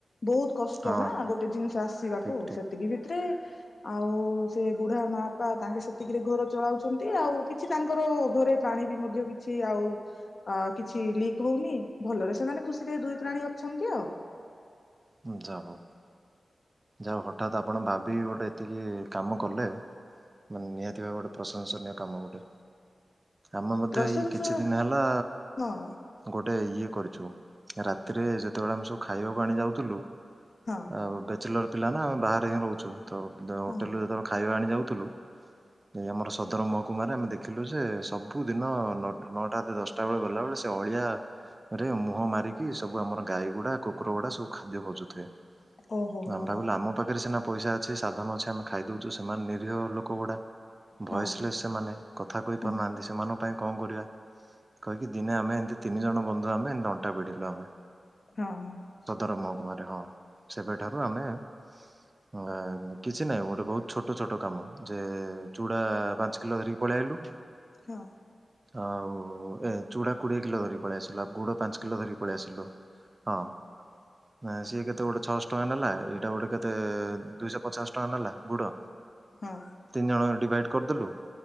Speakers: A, on the left; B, on the right.
A: ବହୁତ କଷ୍ଟ
B: ହଁ
A: ନା
B: ହଁ
A: ଗୋଟେ ଜିନିଷ ଆସିବାକୁ
B: ଠିକ
A: ସେତିକି ଭିତରେ ଆଉ ସେ ବୁଢା ମା ବାପା ତାଙ୍କେ ସେତିକିରେ ଘର ଚଳାଉଛନ୍ତି। ଆଉ କିଛି ତାଙ୍କର ଘରେ ପାଣି ବି ମଧ୍ୟ କିଛି ଆଉ ଅ କିଛି ଲିକ୍ ହଉନି ଭଲରେ ସେମାନେ ଖୁସିରେ ଦୁଇ ପ୍ରା ପା ଅଛନ୍ତି ଆଉ
B: ଯାହା ହେଉ ଯାଉ ହେଉ ହଠାତ୍ ଆପଣ ଭାବି ଗୋଟେ ଏତିକି କାମ କଲେ ମାନେ ନିହାତି ଭାବେ ଗୋଟେ ପ୍ରଶଂସନୀୟ କାମ ଗୋଟେ ଆମେ ମଧ୍ୟ
A: ପ୍ରଶଂସା
B: ଏଇ କିଛି ଦିନ ହେଲା
A: ହଁ
B: ଗୋଟେ ଇଏ କରିଛୁ। ରାତିରେ ଯେତେବେଳେ ଆମେ ସବୁ ଖାଇବାକୁ ଆଣି ଯାଉଥିଲୁ
A: ହଁ
B: ଆଉ ବ୍ୟାଚଲର ପିଲା ନା ଆମେ ବାହାରେ ହିଁ ରହୁଛୁ ତ ହୋଟେଲୁରୁ
A: ହଁ
B: ଯେତେବେଳେ ଖାଇବା ଆଣି ଯାଉଥିଲୁ। ଏଇ ଆମର ସଦର ମହକୁମାରେ ଆମେ ଦେଖିଲୁ ଯେ ସବୁ ଦିନ ନଅଟା ନ‌ଅଟା ଆତେ ଦଶଟା ବେଳେ ଗଲା ବେଳେ ସେ ଅଳିହାରେ ମୁହଁ ମାରିକି ସବୁ ଆମର ଗାଈ ଗୁଡା କୁକୁର ଗୁଡା ସବୁ ଖାଦ୍ୟ ଖୋଜୁଥିବେ।
A: ଓହୋ ହୋ
B: ଆମେ ଭାବିଲୁ
A: ହୋ
B: ଆମ ପାଖରେ ସିନା ପଇଷା ଅଛି ସାଧନ ଅଛି ଆମେ ଖାଇଦୋଉଚୁ ସେମାନେ ନିରୀହ ଲୋକ ଗୁଡା।
A: ହଁ
B: ଭଏସ ଲେସେ ସେମାନେ କଥା କହି
A: ହଁ
B: ପାରୁନାହନ୍ତି ସେମାନ ପାଇଁ କଣ କରିବା କହିକି ଦିନେ ଆମେ ଏମିତି ତିନି ଜଣ ବନ୍ଧୁ ଆମେ ଏମତି ନଣ୍ଟା <unintelligible> ବିଢିଲୁ ଆମେ।
A: ହଁ ହଁ‌।
B: ବ୍ରହ୍ମକୁମାରୀ ହଁ ସେବେ ଠାରୁ ଆମେ <unintelligible> ଅ ଏଁ କିଛି ନାହିଁ ଗୋଟେ ବୋହୁତ ଛୋଟ ଛୋଟ କାମ ଯେ ଚୁଡା ପାଞ୍ଚ କିଲୋ ଧରିକି ପଳେଇ ଆଇଲୁ।
A: ହଁ।
B: ଆଉ ଏ ଚୁଡା କୋଡିଏ କିଲୋ ଧରିକି ପଳେଇ ଆସି ଲା ଗୁଡ ପାଞ୍ଚ କିଲୋ ଧରି ପଳେଇ ଆସିଲୁ ହଁ। ନା ସିଏ କେତେ ଗୋଟେ ଛଅଶ ଟଙ୍କା ନେଲା। ଏଇଟା ଗୋଟେ କେତେ ଦୁଇଶ ପଚାଶ ଟଙ୍କା ନେଲା ଗୁଡ।
A: ହଁ
B: ତିନି ଜଣ ଡିଭାଇଡି କରିଦେଲୁ।